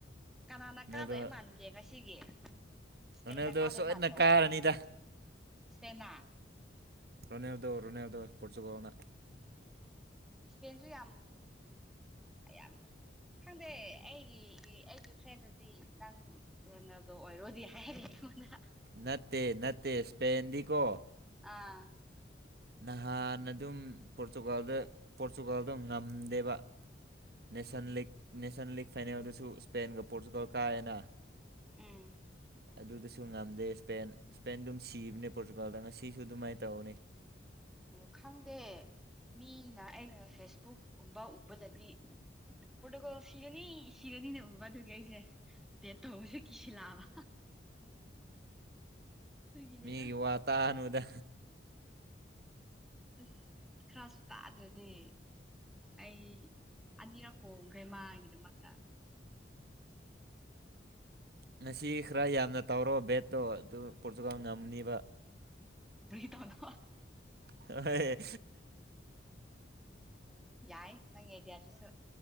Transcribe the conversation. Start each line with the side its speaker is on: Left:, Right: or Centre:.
Centre: ꯀꯅꯥꯅ
Right: ꯔꯣꯅꯦꯜꯗꯣ
Centre: ꯀꯥꯗꯣꯏ ꯃꯥꯟꯒꯦ ꯉꯁꯤꯒꯤ ꯁꯄꯦꯦꯟ
Right: ꯔꯣꯅꯦꯜꯗꯣ
Centre: ꯀꯥꯗꯩ
Right: ꯁꯣꯏꯗꯅ
Centre: ꯃꯥꯟꯕꯕ꯭ꯔ
Right: ꯀꯥꯔꯅꯤꯗ
Centre: ꯁꯄꯦꯅꯥ
Right: ꯔꯣꯅꯦ ꯑꯦꯕꯗꯣ ꯔꯣꯅꯦ ꯑꯦꯕꯗꯣ ꯄꯨꯠꯆꯨꯀꯅ
Centre: ꯁꯄꯦꯟꯖꯨ ꯌꯥꯝ ꯌꯥꯝ ꯈꯪꯗꯦ ꯑꯩꯒꯤ ꯑꯩꯒꯤ ꯐ꯭ꯔꯦꯟꯗꯗꯤ ꯅꯪ ꯔꯣꯅꯗꯣ ꯑꯣꯏꯔꯣꯗꯤ ꯍꯥꯏꯔꯉꯅ
Right: ꯅꯠꯇꯦ ꯅꯠꯇꯦ ꯁꯄꯦꯦꯟꯗꯤ ꯀꯣ
Centre: ꯑꯥ
Right: ꯅꯍꯥꯟ ꯑꯗꯨꯝ ꯄꯣꯔꯇꯨꯒꯥꯜꯗ ꯄꯣꯔꯇꯨꯒꯥꯜꯗꯣ ꯉꯝꯗꯦꯕ ꯅꯁ ꯂꯤ ꯅꯦꯁꯟ ꯂꯤꯛ ꯐꯥꯏꯅꯦꯜ ꯑꯗꯨꯁꯨ ꯏꯁꯄꯦꯟꯒ ꯄꯣꯔꯇꯨꯒꯜ ꯀꯥ ꯍꯥꯏꯅ
Centre: ꯎꯝ
Right: ꯑꯗꯨꯗꯁꯨ ꯉꯝꯗꯦ ꯏꯁꯄꯦꯟ ꯏꯁꯄꯦꯟ ꯑꯗꯨꯝ ꯁꯤꯕꯅꯦ ꯄꯣꯔꯇꯨꯒꯥꯜꯗ ꯉꯁꯤꯁꯨ ꯑꯗꯨꯃꯥꯏꯅ ꯇꯧꯅꯤ
Centre: ꯎ ꯈꯪꯗꯦ ꯃꯤꯅ ꯑꯩꯅ ꯐꯦꯁꯕꯨꯛꯀꯨꯝꯕ ꯎꯕꯗꯗꯤ ꯄ꯭ꯔꯣꯇꯣꯀꯣꯜ ꯁꯤꯔꯅꯤ ꯁꯤꯔꯅꯤꯅ ꯎꯕ ꯑꯗꯨꯒꯤ ꯑꯩꯁꯦ ꯕꯦꯠ ꯇꯧꯕꯁꯦ ꯀꯤꯁꯤꯜꯂꯛꯑꯕ ꯑꯗꯨꯒꯤꯅꯦꯗ
Right: ꯃꯤꯒꯤ ꯋꯥꯇꯥꯅꯨꯗ
Centre: ꯑꯁ ꯈ꯭ꯔꯁꯨ ꯇꯥꯗ꯭ꯔꯗꯤ ꯑꯩ ꯑꯅꯤꯔꯛꯄꯣ ꯒ꯭ꯔꯦꯃꯥꯒꯤꯗꯃꯛꯇ
Right: ꯉꯁꯤ ꯈꯔ ꯌꯥꯝꯅ ꯇꯥꯎꯔꯣ ꯕꯦꯠꯇꯣ ꯑꯗꯨ ꯄꯣꯔꯇꯨꯒꯥꯜ ꯉꯝꯅꯤꯕ
Centre: ꯇꯗ
Right: ꯍ‌ꯣꯏ
Centre: ꯌꯥꯏ ꯅꯪ ꯏꯗꯤꯌꯥꯁꯤꯁꯨ